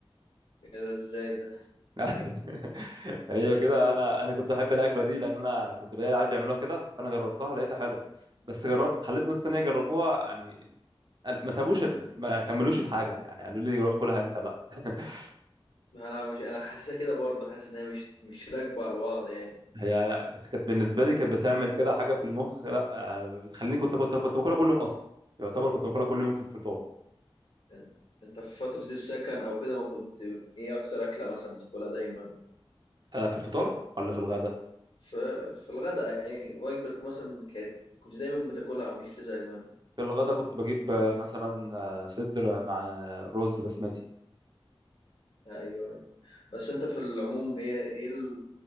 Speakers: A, on the left (about 80°); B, on the right (about 50°).
A: ايه ده ازاي ده
B: <laughs> هي
A: <laughs>
B: كده انا انا كنت بحب الاكله دي لان انا كنت بلاقي العيال بيعملوها كده فانا جربتها لقيتها حلوه بس جرب خليت ناس تانية يجربوها يعني قال- ما سابوش ال- ما كملوش الحاجه يعني قالوا لي روح كلها انت بقى <laughs>
A: انا مش انا حاسسها كده برضه حاسس ان هي مش مش راكبه على بعض يعني
B: هي لا بس كانت بالنسبه لي كانت بتعمل كده حاجه في المخ لا آه، بتخليني كنت كنت كنت باكلها كل يوم اصلا يعتبر كنت باكلها كل يوم في الفطار
A: يعني انت في فتره السكن او كده ما كنت ايه اكتر اكله مثلا بتاكلها دايما
B: آه، في الفطار ولا في الغدا
A: في في الغداء يعني وجبه تكون مثلا كانت كنت دايما بتاكلها او مش بتزهق منها
B: في الغدا كنت بجيب آه، مثلا آه، صدر مع رز بسمتي
A: ايوه أيوة. بس انت في العموم ايه ايه ال-